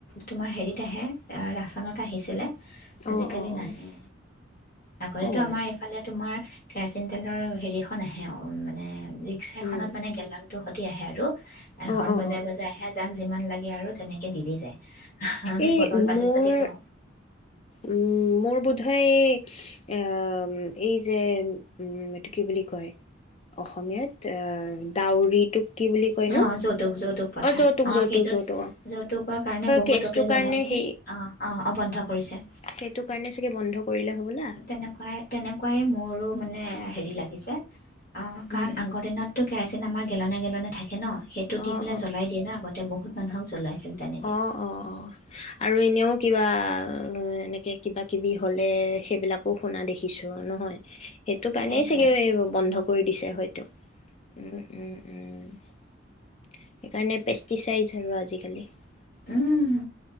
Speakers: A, on the left; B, on the left.
A: তোমাৰ হেৰিত আহে আ, ৰা মানত আহিছিলে আজিকালি
B: অ', অ', অ',
A: নাহে আগতেতো
B: অ',
A: আমাৰ এইফালে তোমাৰ কেৰাচিন তেলৰ হেৰিখন আহে সে আৰু মানে ৰিক্সা এখনত
B: উম।
A: মানে গেল সিহটো আহে আৰু এখনন
B: অ অ
A: বজাই
B: অ
A: বজাইহে যাক যিমান লাগে আৰু তেনেকৈ দি দি যায়। আমি
B: এই
A: বটল
B: মোৰ
A: পাতি পাতি লওঁ
B: উম মোৰ বোধয় এই এ এই যে উম এইটো কি বুলি কয় অসমীয়াত এ ডাউৰিটোক কি বুলি কয় নো
A: অ যৌতুক যৌতুক অহ,
B: অ যৌতুক যৌতুক
A: সেইটোত
B: যৌতুক অ
A: যৌতুকৰ কাৰণে বহুতোকে
B: কেচটোৰ কাৰণে
A: জ্বলাই যে,
B: সেই
A: অহ, অহ বন্ধ কৰিছে।
B: সেইটো কাৰণে চাগে বন্ধ কৰিলে হ'বলা
A: তেনেকুৱাই তেনেকুৱাই মোৰো মানে হেৰি লাগিছে অ', কাৰণ
B: উম হুম
A: আগৰ দিনতো কেৰাচিন আমাৰ <unintelligible> থাক থাকে ন সেইটো
B: অ
A: দি পেলাই
B: অ
A: জ্বলাই দিয়ে ন? আগতে বহুত <unintelligible>
B: অ',
A: তেনেকৈ
B: অ', অ', আৰু এনেও কিবা এনেকে কিবা কিবি হ'লে, সেইবিলাকো শুনা দেখিছো নহয় সেইটো কাৰণেই
A: সেইটোৱে
B: চাগে বন্ধ কৰি দিছে হয়। উম, উম, উম, সেইকাৰণে পেষ্টিচাইডছ আৰু আজিকালি।
A: উম,